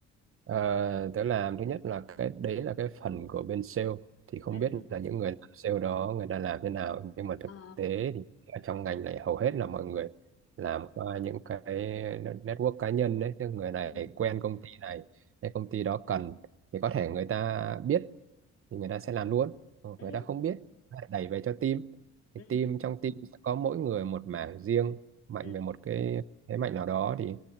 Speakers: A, on the right; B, on the left.
A: Ờ, tớ làm thứ nhất là cái đấy là cái phần của bên sale thì không
B: ừ
A: biết là những người làm sale đó người ta làm thế nào nhưng mà thực
B: ờ
A: tế thì ở trong ngành này hầu hết là mọi người làm qua những cái network cá nhân đấy tức người này
B: ừ
A: quen công ty này cái công ty đó cần thì có thể người ta biết thì người ta sẽ làm luôn Còn
B: ừ
A: người ta không biết người ta đẩy về cho team thì
B: ừ
A: team trong team sẽ có mỗi người một mảng riêng mạnh
B: ừ
A: về một cái thế mạnh nào đó thì